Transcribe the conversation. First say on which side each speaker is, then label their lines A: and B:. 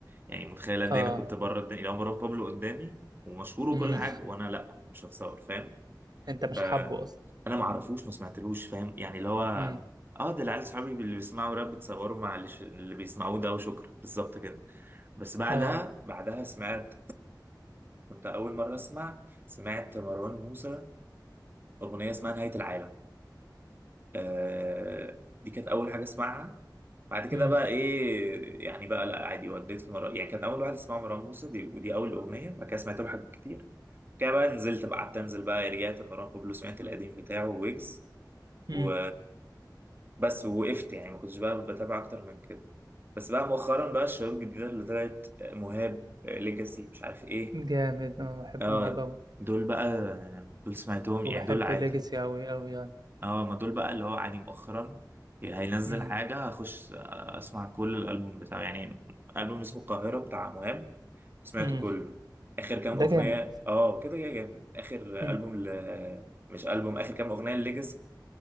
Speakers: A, on the right; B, on the right.
A: يعني متخيل قد
B: اه
A: ايه انا كنت بره الدنيا لو مروان بابلو قدامي ومشهور وكل
B: امم
A: حاجه وانا لا مش هتصور فاهم
B: انت مش
A: فانا
B: حابه اصلا
A: ما اعرفوش ما سمعتلوش فاهم يعني اللي هو
B: امم
A: اه ده العيال صحابي اللي بيسمعوا راب بيتصوروا مع اللي, ش... اللي بيسمعوه ده وشكرا بالظبط كده بس بعدها
B: اه
A: بعدها سمعت كنت اول مره اسمع سمعت مروان موسى اغنيه اسمها نهايه العالم آه دي كانت اول حاجه اسمعها بعد كده
B: امم
A: بقى ايه يعني بقى لا عادي وديت في مرة يعني كان اول واحد اسمها مروان موسى دي ودي اول اغنيه بعد كده سمعت له حاجات كتير كده بقى نزلت بقى قعدت انزل بقى رجعت مروان بابلو سمعت القديم بتاعه ويجز
B: امم
A: و بس ووقفت يعني ما كنتش بقى بتابع اكتر من كده بس بقى مؤخرا بقى الشباب الجديده اللي طلعت آه، مهاب ليجاسي مش عارف ايه
B: جامد انا بحبه
A: اه
B: مهضوم
A: دول بقى آه، دول سمعتهم
B: وبحب
A: يعني دول عادي
B: ليجاسي اوي اوي يعني
A: اه ما دول بقى اللي هو عادي مؤخرا هينزل
B: امم
A: حاجة هخش اسمع كل الألبوم بتاعه يعني ألبوم اسمه القاهرة بتاع مهاب سمعته
B: امم
A: كله آخر كام
B: ده
A: أغنية
B: جامد
A: اه كده يا جامد آخر
B: امم
A: ألبوم ل... مش ألبوم آخر كام أغنية الليجاسي